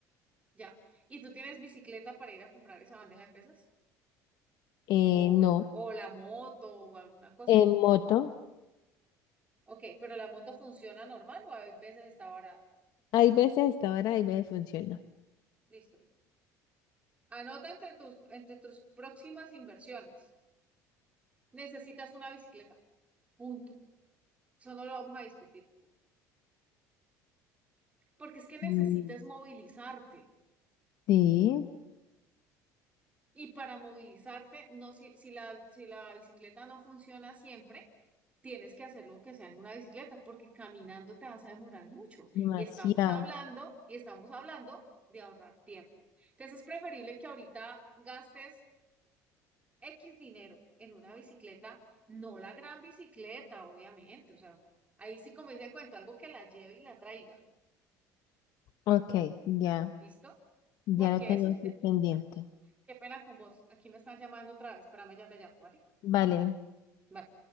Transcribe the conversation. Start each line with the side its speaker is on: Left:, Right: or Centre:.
Right: Ya. ¿Y tú tienes bicicleta para ir a comprar esa bandeja de pesas?
Left: Eh,
Right: ¿O,
Left: no,
Right: o la moto o alguna cosa?
Left: en moto,
Right: Ok, pero la moto funciona normal o a veces está barata.
Left: hay veces está barata, hay veces funciona.
Right: Listo. Anota entre tus, entre tus próximas inversiones. Necesitas una bicicleta, punto. Eso no lo vamos a discutir. Porque es que necesitas
Left: Mm,
Right: movilizarte.
Left: Sí,
Right: Y para movilizarte, no, si, si la, si la bicicleta no funciona siempre, tienes que hacerlo que sea en una bicicleta, porque caminando te vas a demorar mucho.
Left: Demasiado.
Right: Y estamos hablando, y estamos hablando de ahorrar tiempo. Entonces es preferible que ahorita gastes X dinero en una bicicleta, no la gran bicicleta, obviamente, o sea, ahí sí como dice el cuento, algo que la lleve y la traiga,
Left: Ok, ya,
Right: ¿listo?
Left: ya
Right: Porque
Left: lo tengo
Right: eso sí,
Left: aquí
Right: te-
Left: pendiente.
Right: qué pena con vos, aquí me están llamando otra vez, espérame, ya te llamo, ¿vale?
Left: Vale.
Right: Vale.